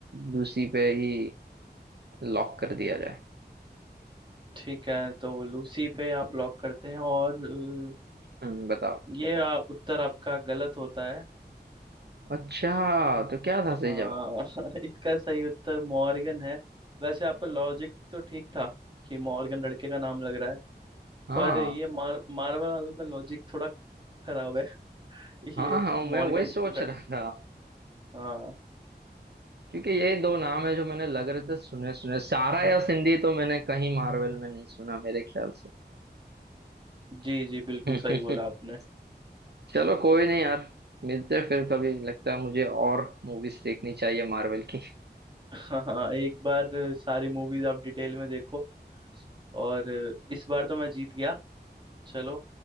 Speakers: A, on the right; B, on the right.
A: लूसी पे ही लॉक कर दिया जाए
B: ठीक है तो वो लूसी पे आप लॉक करते हैं और अ,
A: हम्म, बताओ
B: ये आ, उत्तर आपका गलत होता है
A: अच्छा तो क्या
B: हाँ
A: था सही जवाब
B: <laughs> इसका सही उत्तर मॉर्गन है वैसे आपका लॉजिक तो ठीक था कि मॉर्गन लड़के का नाम लग रहा है
A: हाँ
B: पर ये मार, मार्वल वालों का लॉजिक थोड़ा खराब है <laughs>
A: हाँ
B: ये
A: हाँ
B: मॉर्गन
A: मैं वही सोच
B: लड़-
A: रहा था
B: हाँ
A: क्योंकि यही दो नाम है जो मैंने लग रहे थे सुने सुने सारा या सिंधी तो मैंने कहीं मार्वल में नहीं सुना मेरे ख्याल
B: जी जी बिल्कुल
A: से
B: सही बोला आपने
A: <laughs> चलो कोई नहीं यार मिलते हैं फिर कभी लगता है मुझे और मूवीज देखनी चाहिए मार्वल की
B: हाँ हाँ एक बार सारी मूवीज आप डिटेल में देखो और इस बार तो मैं जीत गया चलो